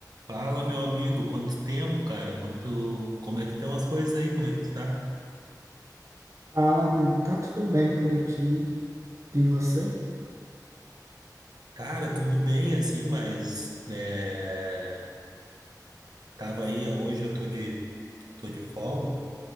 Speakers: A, on the right; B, on the right.
A: Fala, meu amigo, quanto tempo, cara? Quanto, como é que estão as coisas aí? Como é que tu tá?
B: Fala, amigo. Tá tudo bem por aqui de você?
A: Cara, tudo bem assim, mas é, tava aí, ó, hoje eu tô de tô de folga